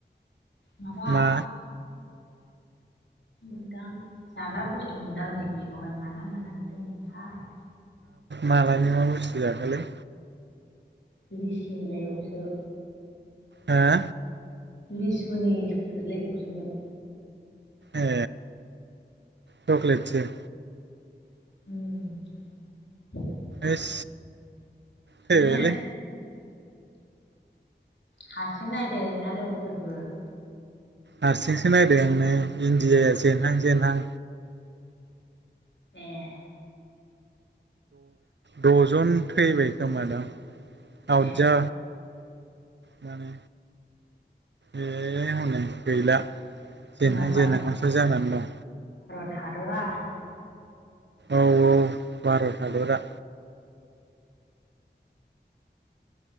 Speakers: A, on the left; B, on the right.
A: माबा
B: मा
A: मोनदां जाग्रा बुस्थु मोनदां आं नै बेगावहाय माला मालानि दंमोनथाय
B: मालानि मा बुस्थु जाखोलै
A: लिसिनि लाइबआवसो
B: हा
A: लिसुनि सक्लेट लायबावसोमोन
B: ए चकलेटसो
A: उम
B: एइस फैबायलै
A: बेनो हारसिं नायदो ना लोगोफोरबो
B: हारसिंसो नायदों आं नै इण्डियाया जेनहां जेनहां
A: एह
B: द'जन थैबाय खोमा दां आवटजा
A: ए
B: माने ए हनै गैला
A: जोंना
B: जेनहां जेननायसो जानानै दं
A: हादरआ
B: औ औ भारत हादरा